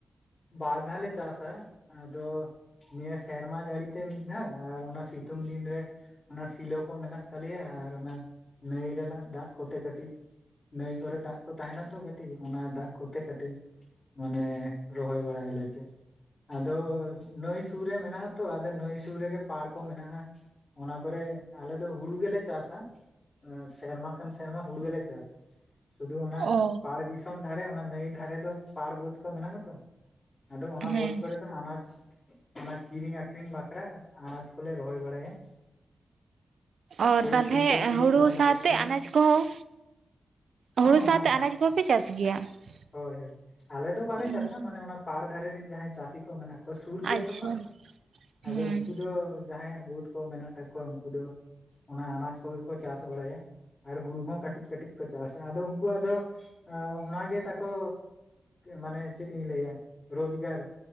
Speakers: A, on the left; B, on the right.
A: ᱵᱟᱨ ᱫᱷᱟᱣ ᱞᱮ ᱪᱟᱥᱟ ᱟᱫᱚ ᱱᱤᱭᱟᱹ ᱥᱮᱨᱢᱟ ᱡᱟᱲᱤ ᱛᱮ ᱢᱤᱫ ᱫᱷᱟᱣ ᱟᱨ ᱚᱱᱟ ᱥᱤᱛᱩᱝ ᱫᱤᱱ ᱨᱮ ᱚᱱᱟ ᱥᱤᱞᱚ ᱠᱚ ᱢᱮᱱᱟᱜ ᱛᱟᱞᱮᱭᱟ ᱟᱨ ᱚᱱᱟ ᱱᱟᱹᱭ ᱨᱮᱱᱟᱜ ᱫᱟᱜ ᱠᱚᱛᱮ ᱠᱟᱹᱴᱤᱡ ᱱᱟᱹᱭ ᱠᱚᱨᱮ ᱫᱟᱜ ᱠᱚ ᱛᱟᱦᱮᱱᱟ ᱛᱚ ᱠᱟᱹᱴᱤᱡ ᱚᱱᱟ ᱫᱟᱜ ᱠᱚᱛᱮ ᱠᱟᱹᱴᱤᱡ ᱢᱟᱱᱮ ᱨᱚᱦᱚᱭ ᱵᱟᱲᱟᱭᱟᱞᱮ ᱪᱮ ᱟᱫᱚ ᱱᱟᱹᱭ ᱥᱩᱨ ᱨᱮ ᱢᱮᱱᱟᱜ ᱟᱛᱚ ᱟᱫᱚ ᱱᱟᱹᱭ ᱥᱩᱨ ᱨᱮᱜᱮ ᱯᱟᱲ ᱠᱚ ᱢᱮᱱᱟᱜᱼᱟ᱾ ᱚᱱᱟ ᱠᱚᱨᱮ ᱟᱞᱮ ᱫᱚ ᱦᱩᱲᱩ ᱜᱮᱞᱮ ᱪᱟᱥᱟ᱾ ᱮᱸ ᱥᱮᱨᱢᱟ ᱠᱟᱱ ᱥᱮᱨᱢᱟ ᱦᱩᱲᱩ ᱜᱮᱞᱮ ᱪᱟᱥᱟ ᱥᱩᱫᱩ ᱚᱱᱟ
B: ᱚ
A: ᱯᱟᱲ ᱫᱤᱥ ᱛᱚᱢ ᱫᱷᱟᱨᱮ ᱚᱱᱟ ᱱᱟᱹᱭ ᱫᱷᱟᱨᱮ ᱫᱚ ᱯᱟᱲ ᱵᱟᱹᱫ ᱠᱚ ᱢᱮᱱᱟᱜ ᱟᱛᱚ ᱟᱫᱚ ᱚᱱᱟ ᱵᱟᱹᱫ
B: ᱦᱮᱸ
A: ᱠᱚᱨᱮ ᱫᱚ ᱟᱱᱟᱪ ᱚᱱᱟ ᱠᱤᱨᱤᱧ ᱟᱠᱷᱨᱤᱧ ᱵᱟᱠᱷᱨᱟ ᱟᱱᱟᱪ ᱠᱚᱞᱮ ᱨᱚᱦᱚᱭ ᱵᱟᱲᱟᱭᱟ᱾
B: ᱚ
A: ᱳᱭ
B: ᱛᱟᱞᱦᱮ
A: ᱯᱷᱩᱞ ᱠᱚᱯᱤ
B: ᱦᱩᱲᱩ
A: ᱵᱟᱸᱫᱷᱟ
B: ᱥᱟᱶᱛᱮ
A: ᱠᱚᱯᱤ
B: ᱟᱱᱟᱪ ᱠᱚᱦᱚᱸ
A: ᱦᱚᱸ
B: ᱦᱩᱲᱩ ᱥᱟᱶᱛᱮ
A: ᱦᱚᱸ ᱦᱚᱸ
B: ᱟᱱᱟᱪ ᱠᱚᱦᱚᱸ ᱯᱮ ᱪᱟᱥ ᱜᱮᱭᱟ
A: ᱦᱳᱭ ᱦᱳᱭ
B: <inaudible>
A: ᱟᱞᱮ ᱫᱚ ᱵᱟᱞᱮ
B: ᱩᱸ
A: ᱪᱟᱥᱟ ᱢᱟᱱᱮ ᱚᱱᱟ ᱯᱟᱲ ᱫᱷᱟᱨᱮ ᱨᱮᱱ ᱡᱟᱦᱟᱸᱭ ᱪᱟᱹᱥᱤ ᱠᱚ ᱢᱮᱱᱟᱜ ᱠᱚᱣᱟ, ᱥᱩᱨ ᱜᱮᱭᱟ
B: ᱟᱪᱪᱷᱟ
A: ᱛᱚ ᱯᱟᱲ ᱟᱫᱚ
B: ᱦᱩᱸ
A: ᱩᱱᱠᱩ ᱫᱚ ᱡᱟᱦᱟᱸᱭ ᱟᱜ ᱵᱩᱫ ᱠᱚ ᱢᱮᱱᱟᱜ ᱛᱟᱠᱚᱣᱟ ᱩᱱᱠᱩ ᱫᱚ ᱚᱱᱟ ᱟᱱᱟᱪ ᱠᱚᱜᱮ ᱠᱚ ᱪᱟᱥ ᱵᱟᱲᱟᱭᱟ᱾ ᱟᱨ ᱦᱩᱲᱩ ᱦᱚᱸ ᱠᱟᱹᱴᱤᱡ ᱠᱟᱹᱴᱤᱡ ᱠᱚ ᱪᱟᱥ ᱟ ᱟᱫᱚ ᱩᱱᱠᱩᱣᱟᱜ ᱫᱚ ᱚᱱᱟᱜᱮ ᱛᱟᱠᱚ ᱢᱟᱱᱮ ᱪᱮᱫ ᱤᱧ ᱞᱟᱹᱭᱟ ᱨᱚᱡᱽᱜᱟᱲ